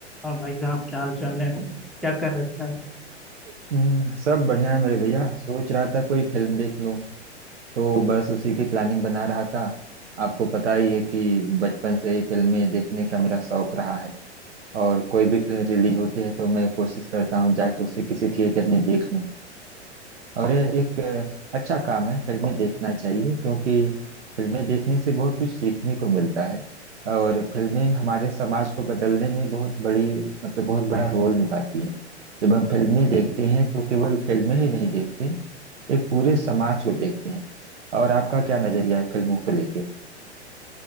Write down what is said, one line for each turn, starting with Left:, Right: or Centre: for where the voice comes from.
Centre: और भाई साहब क्या हाल चाल है क्या कर रखा है
Right: हम्म, सब बढ़िया है मेरे भैया सोच रहा था कोई फिल्म देख लो तो बस उसी की प्लानिंग बना रहा था आपको पता ही है कि बचपन से ही फिल्में देखने का मेरा शौक रहा है और कोई भी फिल्म रिलीज होती है तो मैं कोशिश करता हूँ जाके उसे किसी थिएटर में देख लूँ और यह एक अ, अच्छा काम है फिल्में देखना चाहिए क्योंकि फिल्में देखने से बहुत कुछ सीखने को मिलता है और फिल्में हमारे समाज को बदलने में बहुत बड़ी मतलब बहुत बड़ा रोल निभाती हैं जब हम फिल्में देखते हैं तो केवल फिल्में ही नहीं देखते एक पूरे समाज को देखते हैं और आपका क्या नजरिया है फिल्मों को लेके